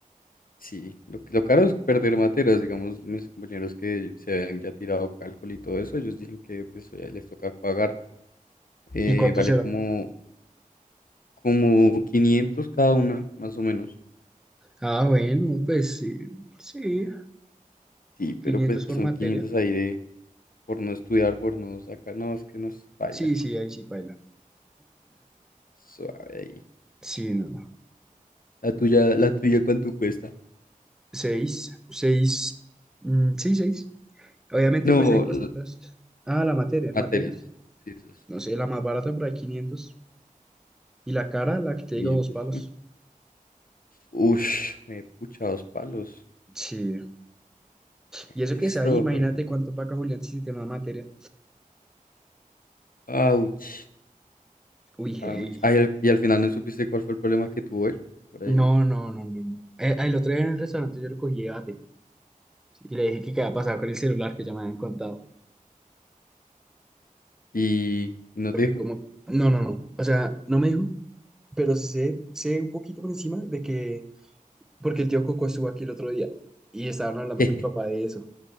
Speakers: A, on the left (about 75°); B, in the centre.
A: sí, lo, lo caro es perder materias. Digamos, mis compañeros que se habían ya tirado cálculo y todo eso, ellos dicen que pues ya les toca pagar. Eh,
B: ¿Y cuánto
A: vale
B: será?
A: como, como 500 cada una, más o menos.
B: Ah, bueno, pues sí, sí,
A: Sí, pero
B: quinientos
A: pues
B: por
A: son
B: materia.
A: 500 ahí de por no estudiar, por no sacar. No, es que no es paila.
B: Sí, sí, ahí sí baila.
A: Suave ahí.
B: Sí, no, no.
A: La tuya, la tuya, ¿cuánto cuesta?
B: Seis, seis, mm, sí, seis. Obviamente,
A: No,
B: pues hay cositas.
A: l-
B: Ah, la materia,
A: materias.
B: materias.
A: Sí, esas.
B: No sé, la más barata por ahí 500. Y la cara, la que te
A: quinientos
B: digo, dos palos.
A: Ush, me pucha dos palos.
B: Sí. Y eso
A: Resto,
B: que es ahí, imagínate
A: pero.
B: cuánto paga Julián si tiene una materia.
A: Ouch,
B: Uy,
A: ouch.
B: hey.
A: Ah, y al, y al final no supiste cuál fue el problema que tuvo él por ahí.
B: No, no, no, no, no. Eh, El, otro día en el restaurante yo lo cogí de bate. Y le dije que qué había pasado con el celular que ya me habían contado.
A: Y, y no
B: Porque
A: te dijo.
B: como... No, no, no. O sea, no me dijo, pero sé, sé un poquito por encima de que... Porque el tío Coco estuvo aquí el otro día y estaban hablando
A: <laughs>
B: con mi papá de eso.